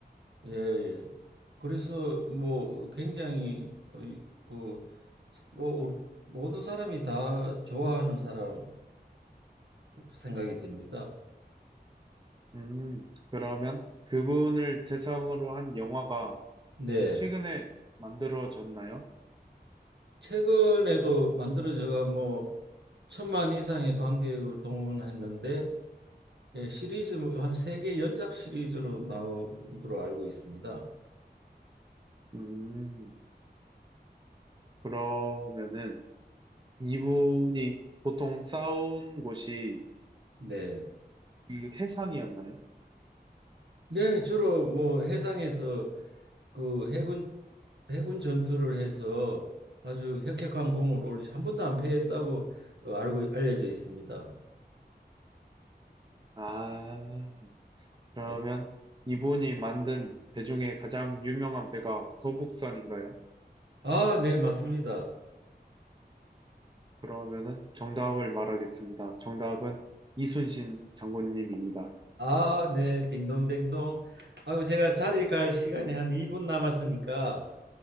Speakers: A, on the right; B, on the right.
A: 예, 예. 그래서 뭐 굉장히 어, 그 뭐, 모든 사람이 다 좋아하는 사람으로 생각이 됩니다.
B: 음, 그러면 그분을 대상으로 한 영화가
A: 네.
B: 최근에 만들어졌나요?
A: 최근에도 만들어져가 뭐 천만 이상의 관객을 동원했는데 예, 시리즈 뭐 한세 개 연작 시리즈로 나온 걸로 알고 있습니다.
B: 음, 그러면은 이분이 보통 싸운 곳이
A: 네.
B: 그 해상이었나요?
A: 네, 주로 뭐 해상에서 그 해군 해군 전투를 해서 아주 혁혁한 공을 올리 한 번도 안 패했다고 어, 알고 알려져 있습니다.
B: 아, 그러면
A: 네.
B: 이분이 만든 배 중에 가장 유명한 배가 도북선인가요?
A: 아, 네, 맞습니다.
B: 그러면은 정답을 말하겠습니다. 정답은 이순신 장군님입니다.
A: 아, 네, 딩동댕동. 아이고 제가 자리 갈 시간이 한 2분 남았으니까